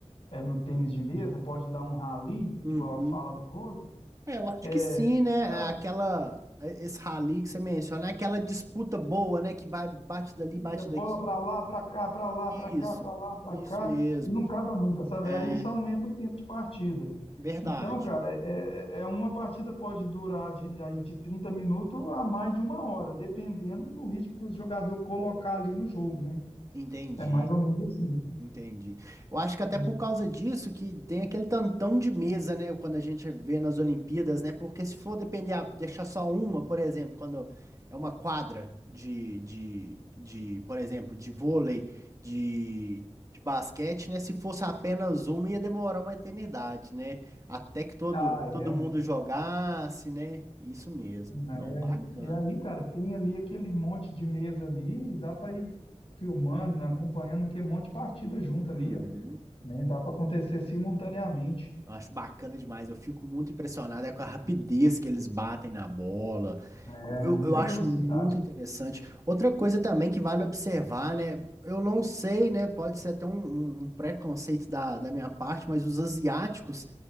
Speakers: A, on the left; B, on the right.
A: é, no tênis de mesa, pode dar um rally,
B: uhum.
A: igual fala no vôlei,
B: É, eu acho
A: é,
B: que sim, né? É
A: ah,
B: Aquela, é, esse rally que você menciona, é aquela disputa boa, né? Que vai, bate dali, bate
A: isso é bola
B: daqui.
A: para lá, para cá, para lá, para cá,
B: Isso,
A: para lá, para
B: isso
A: cá,
B: mesmo.
A: e não acaba nunca, sabe?
B: É
A: Aí isso aumenta o tempo de partida.
B: verdade.
A: Então, cara, é, é- é uma partida pode durar de, aí de 30 minutos a mais de uma hora, dependendo do ritmo que o jogador colocar ali no jogo, né?
B: Entendi.
A: É mais ou menos assim.
B: Entendi. Eu acho que até
A: É.
B: por causa disso que tem aquele tantão de mesa, né? Quando a gente vê nas Olimpíadas, né? Porque se for depender, a- deixar só uma, por exemplo, quando é uma quadra de, de, de, por exemplo, de vôlei, de, de basquete, né? Se fosse apenas uma, ia demorar uma eternidade, né? Até que todo,
A: Ah, é.
B: todo mundo jogasse, né? Isso mesmo.
A: Ah,
B: Não,
A: é
B: bacana.
A: aí. E aí, cara, tem ali aquele monte de mesa ali e dá para ir filmando, acompanhando que é um monte de partida junto ali,
B: Uhum.
A: ó, né? Dá para acontecer simultaneamente.
B: Eu acho bacana demais. Eu fico muito impressionado é com a rapidez que eles batem na bola.
A: É
B: Eu,
A: muita
B: eu acho
A: velocidade.
B: muito interessante. Outra coisa também que vale observar, né? Eu não sei, né? Pode ser até um, um- um preconceito da, da minha parte, mas os asiáticos,